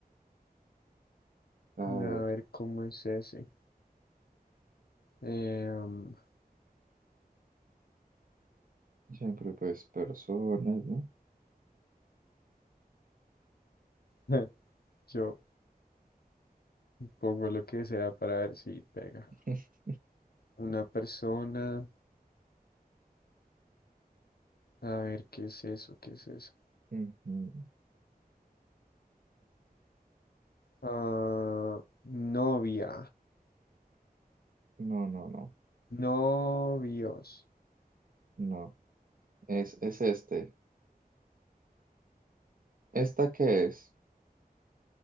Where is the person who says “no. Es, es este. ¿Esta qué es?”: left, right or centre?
Right